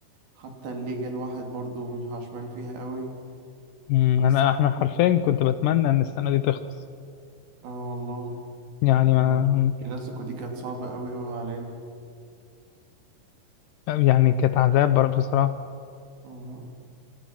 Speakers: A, on the right; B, on the left.
A: حتى الليجا الواحد برضو مش عشمان فيها قوي
B: أمم،
A: بس
B: أنا إحنا
A: ممكن-
B: حرفيا كنت بتمنى إن السنة دي تخلص
A: اه والله
B: يعني ما
A: ماتشات الكلاسيكو دي كانت صعبة قوي قوي علينا
B: يعني كانت عذاب بر- بصراحة
A: آه.